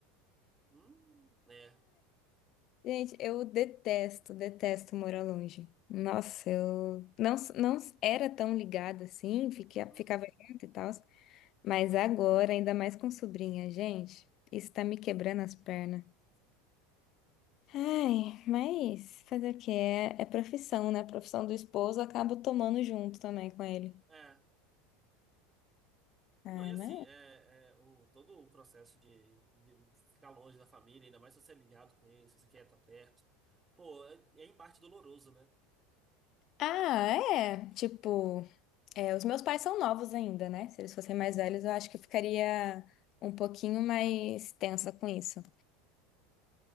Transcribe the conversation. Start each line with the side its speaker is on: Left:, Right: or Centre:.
Right: Hum, é.
Left: Gente, eu detesto, detesto morar longe. Nossa, eu não, s- não s- era tão ligada assim, fiquei-
Right: Uhum.
Left: ficava junto e tal, mas agora, ainda mais com sobrinha, gente, isso tá me quebrando as pernas. Ai, mas fazer o quê? É, é profissão, né? A profissão do esposo acaba tomando junto também com ele.
Right: É.
Left: Ai,
Right: Não, e assim,
Left: mas...
Right: é, é, o, todo o processo de, de ficar longe da família, ainda mais se você é ligado com eles, se você quer estar perto. Pô, é, é em parte doloroso, né?
Left: Ah, é. Tipo, é, os meus pais são novos ainda, né? Se eles fossem mais velhos, eu acho que eu ficaria um pouquinho mais tensa com isso.